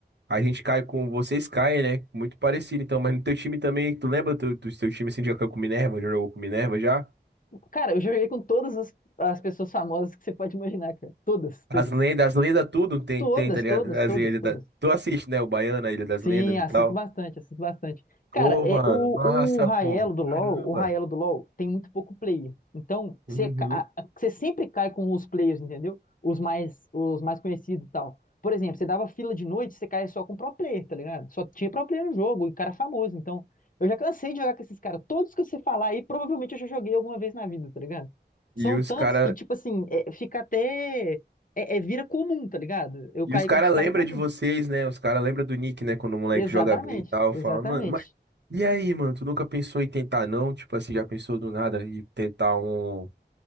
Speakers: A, on the right (about 75°); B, on the left (about 50°).
A: A gente cai com. Vocês caem, né? Muito parecido, então. Mas no teu time também, tu lembra do teu, do teu time assim, já caiu com Minerva? Já jogou com Minerva já?
B: Cara, eu joguei com todas as, as pessoas famosas que você pode imaginar, cara. Todas, todas.
A: As lendas, as lendas tudo tem,
B: Todas,
A: tem, tá ligado?
B: todas,
A: As
B: todas,
A: lendas
B: todas.
A: da- Tu assiste, né? O Baiano, a Ilha das
B: Sim,
A: Lendas
B: assisto
A: e tal.
B: bastante, assisto bastante.
A: Pô,
B: Cara, é,
A: mano,
B: o,
A: massa,
B: o Raelo
A: pô.
B: do
A: Caramba.
B: LoL, o Raelo do LoL tem muito pouco player. Então, você
A: Uhum.
B: ca- a- a- você sempre cai com os players, entendeu? Os mais, os mais conhecidos e tal. Por exemplo, você dava fila de noite, você caia só com pro player, tá ligado? Só tinha pro player no jogo, e cara famoso. Então, eu já cansei de jogar com esses caras. Todos que você falar aí, provavelmente eu já joguei alguma vez na vida, tá ligado? São
A: E os
B: tantos
A: cara,
B: que, tipo assim, é, fica até. É, é- vira comum, tá ligado? Eu
A: e
B: cair
A: os cara
B: contra os
A: lembra
B: caras é comum.
A: de vocês, né? Os cara lembra do Nick, né? Quando o moleque
B: Exatamente,
A: joga bem e tal,
B: exatamente.
A: fala, mano, mas e aí, mano? Tu nunca pensou em tentar, não? Tipo assim, já pensou do nada em tentar um,